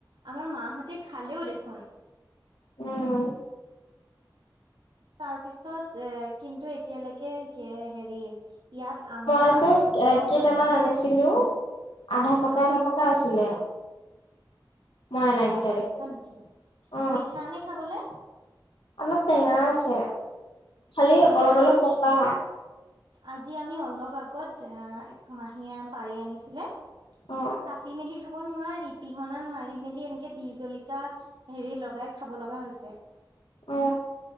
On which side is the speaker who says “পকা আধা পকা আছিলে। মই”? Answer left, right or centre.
Left